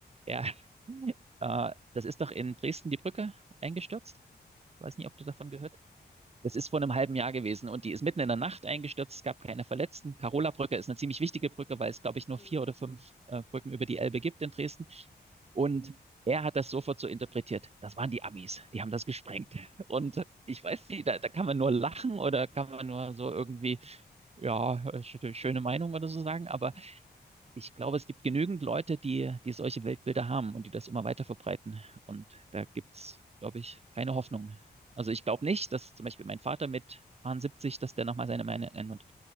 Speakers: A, on the right; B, on the left.
A: ja, <laughs> äh, das ist doch in Dresden die Brücke eingestürzt. Ich weiß
B: richtig
A: nicht, ob du davon gehört das ist vor einem halben Jahr gewesen und die ist mitten in der Nacht eingestürzt. Es gab keine Verletzten. karola brücke ist eine ziemlich wichtige Brücke, weil es, glaube ich, nur
B: cool.
A: vier oder fünf äh, Brücken über die Elbe gibt in Dresden. Und er hat das sofort so interpretiert. Das waren die Amis. Die haben das gesprengt. Und
B: Ach so.
A: ich weiß nicht, da, da kann man nur lachen oder kann man nur so irgendwie, ja, schöne Meinung oder so sagen. Aber
B: Mhm.
A: ich glaube, es gibt genügend Leute, die, die solche Weltbilder haben und die das immer weiter verbreiten. Und da gibt's, glaube ich, keine Hoffnung. Also ich glaube nicht, dass zum Beispiel mein Vater mit 70, dass der nochmal seine Meinung ändert.